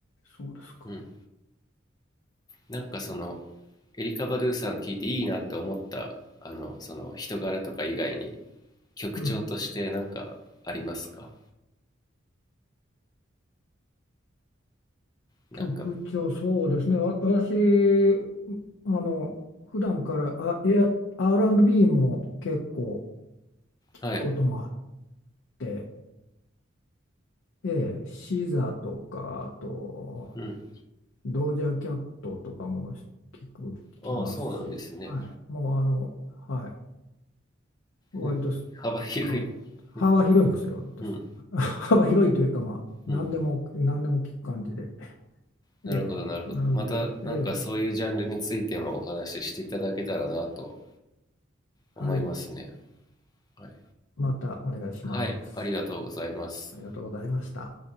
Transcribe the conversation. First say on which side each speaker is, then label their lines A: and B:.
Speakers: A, on the left (about 85°); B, on the left (about 20°).
A: そうですか。
B: うん。なんかその
A: はあ
B: エリカ・バドゥさん聞いていいなって思ったあのその人柄とか以外に曲調としてなんかありますか
A: うん。
B: なんか
A: 曲調、そうですね。わ私、あの、普段から、あ、え、R&B も結構聞くこともあっ
B: はい
A: て、ええ、シザとか、あと、
B: うん
A: ドージャーキャットとかも聞く、聞きますし、
B: ああそうなんですね
A: はい、もうあの、はい、割とすす
B: <laughs> 幅広い
A: あの幅広いんですよ、
B: <laughs>
A: 私。
B: うん
A: <laughs> 幅広いというか、まあ、何でも、
B: うん
A: 何でも聞く感じで。
B: なるほどなるほどまたなんかそういうジャンルについてもお話ししていただけたらなと
A: ええ、なんで、ええ、
B: 思いますね
A: はい、
B: はい、
A: またお願いします。
B: はい、ありがとうございます
A: ありがとうございました。